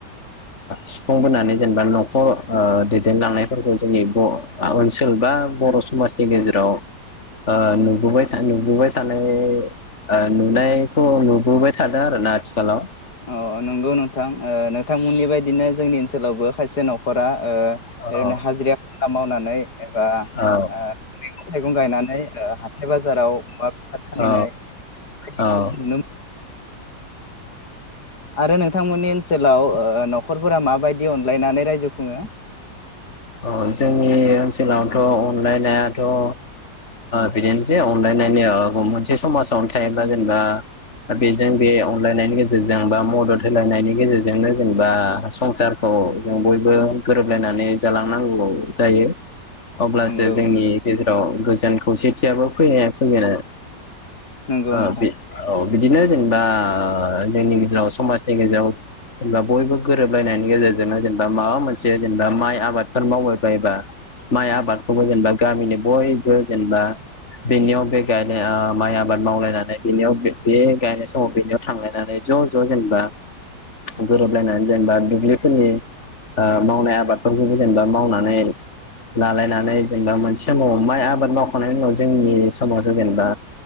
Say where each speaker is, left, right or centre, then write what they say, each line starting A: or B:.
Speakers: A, on the left; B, on the left.
A: सुफुंबोनानै जेनेबा न'खर ओ दैदेनलांनायफोरखौ जोंनि ओनसोल बा बर' समाजनि गेजेराव ओ नुबोबाय नुबोबाय थानाय नुनायखौ नुबोबाय थादों आरोना आथिखालाव
B: अ नंगौ नोंथां ओ नोंथांमोननि बायदिनो जोंनि ओनसोलावबो खायसे न'खरा ओ
A: औ
B: ओरैनो हाजिरा मावनानै एबा
A: औ
B: ओ <unintelligible> थाइगं गायनानै ओ हाथाय बाजाराव अमा फास-फानहैनाय
A: औ
B: बेखौ
A: औ
B: नुनो आरो नोंथांमोननि ओनसोलाव ओ न'खरफोरा माबायदि अनलायनानै रायजो खुङो
A: अ जोंनि ओनसोलावथ' अनलायनायाथ' ओ बिदिनोसै अनलायनायनि ओ <unintelligible> मोनसे समाजावनो थायोब्ला जेनेबा दा बेजों बे अनलायनायनि गेजेरजों बा मदद हो अनलायनायनि गेजेरजोंनो जेनेबा संसारखौ जों बयबो गोरोबलायनानै जालांनांगौ जायो अब्लासो
B: नंगौ
A: जोंनि
B: नोंथां
A: गेजेराव गोजो गोजोन खौसेथियाबो फैनाया फैयोआरोना।
B: नंगौ
A: आ
B: नोंथां
A: बे औ बिदिनो जेनेबा अ जोंनि गेजेराव समाजनि गेजेराव जेनेबा बयबो गोरोबलायनायनि गेजेरजोंनो जेनेबा माबा मोनसे जेनेबा माइ आ बादफोर मावबायबायोबा माइ आबादखौबो जेनेबा गामिनि बयबो जेनेबा बेनियाव बे गायनाय माइ आबाद मावलायनानै बेनियाव बे गायनाय समाव बेनियाव थांलायनानै ज' ज' जेनेबा गोरोबलायनानै जेनेबा दुब्लिफोरनि अ मावनाय आबादफोरनि जेनेबा मावनानै लालायनानै जेनेबा मोनसे समाव माइ आबाद मावखांनायनि उनाव जोंनि समावो जेनेबा